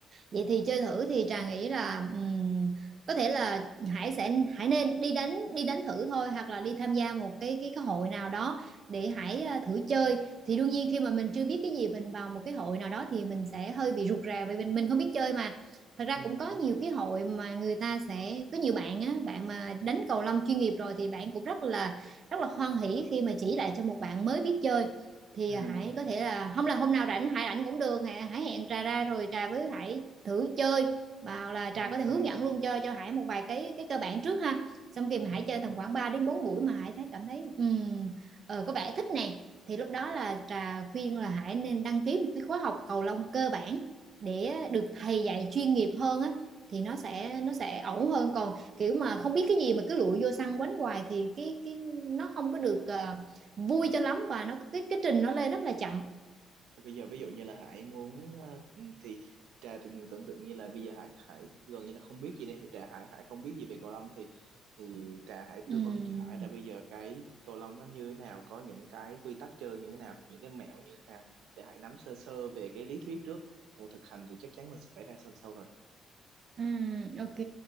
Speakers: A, on the right (about 50°); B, on the right (about 85°).
A: vậy thì chơi thử thì Trà nghĩ là ừm, có thể là Hải sẽ Hải nên đi đánh đi đánh thử thôi hoặc là đi tham gia một cái cái cái hội nào đó để Hải à, thử chơi thì đương nhiên khi mà mình chưa biết cái gì mình vào một cái hội nào đó thì mình sẽ hơi bị rụt rè vì mình mình không biết chơi mà thật ra
B: ừ
A: cũng có nhiều cái hội mà người ta sẽ có nhiều bạn á bạn mà đánh cầu lông chuyên nghiệp rồi thì bạn cũng rất là rất là hoan hỉ khi mà chỉ lại cho một bạn mới biết chơi thì
B: ừ
A: à, Hải có thể là không là hôm nào rảnh Hải rảnh cũng được Hải, Hải hẹn Trà ra rồi Trà với Hải thử chơi và là Trà
B: ừ
A: có thể hướng
B: ừ
A: dẫn luôn cho cho Hải một vài cái cái cơ bản trước ha xong khi mà
B: ừ
A: Hải chơi
B: ừ
A: tầm khoảng 3 đến 4 buổi mà Hải thấy cảm thấy ừm, ờ, có vẻ thích nè thì lúc đó là Trà khuyên là Hải nên đăng ký một cái khóa học cầu lông cơ bản để được thầy dạy chuyên nghiệp hơn á thì nó sẽ nó sẽ ổn hơn còn kiểu mà không biết cái gì mà cứ lụi vô sân quánh hoài thì cái cái nó không có được ờ, vui cho lắm và nó cái cái trình nó lên rất là chậm
B: Thế bây giờ ví dụ như là Hải muốn ờ, thì Trà từng tưởng tượng như là bây giờ Hải Hải gần như là không biết gì đây thì Trà Hải Hải không biết gì về cầu lông thì thì Trà Hải
A: Ừm,
B: tư vấn cho Hải là bây giờ cái cầu lông nó như thế nào có những cái quy tắc chơi như thế nào những cái mẹo như thế nào để Hải nắm sơ sơ về cái lý thuyết trước còn thực hành thì chắc chắn mình sẽ phải ra sân sau rồi
A: ừm, ok